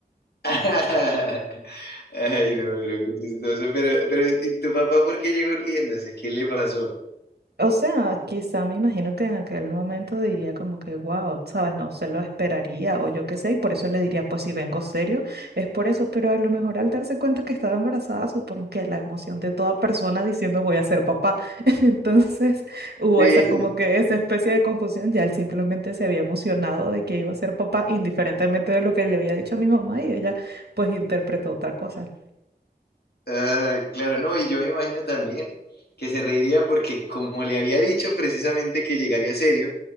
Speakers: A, on the left; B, on the right.
A: <laughs> Ay, no, pero qué chistoso. Pero, pero, ¿y tu papá por qué llegó riéndose? ¿Qué le pasó?
B: O sea, quizá me imagino que en aquel momento diría como que, wow, sabes, no se lo esperaría o yo qué sé, y por eso le diría, pues si vengo serio, es por eso, pero a lo mejor al darse cuenta que estaba embarazada, supongo que la emoción de toda persona diciendo voy a ser papá, <laughs> entonces hubo
A: Sí.
B: esa como que esa especie de confusión, ya él simplemente se había emocionado de que iba a ser papá, indiferentemente de lo que le había dicho a mi mamá y ella pues interpretó otra cosa.
A: Ah, claro, no, y yo me imagino también que se reiría porque como le había dicho precisamente que llegaría serio,